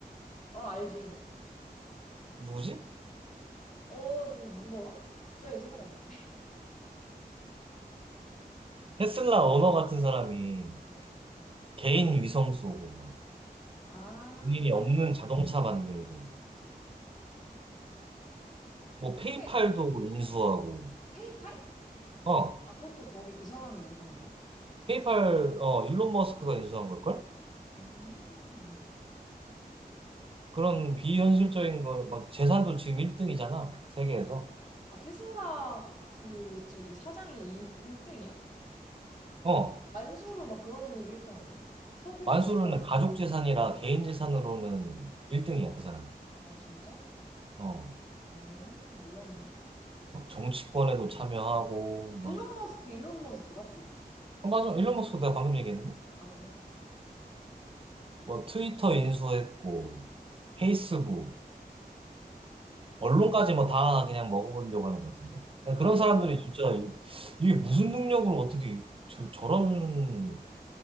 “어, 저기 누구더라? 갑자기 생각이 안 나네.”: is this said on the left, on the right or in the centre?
Left